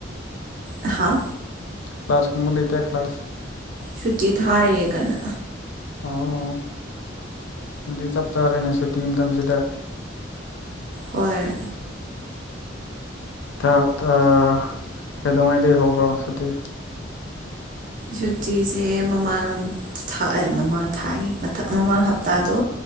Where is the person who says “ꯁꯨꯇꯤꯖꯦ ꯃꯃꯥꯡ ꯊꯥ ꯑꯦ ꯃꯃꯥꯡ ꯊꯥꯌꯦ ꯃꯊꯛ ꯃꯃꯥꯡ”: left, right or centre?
Right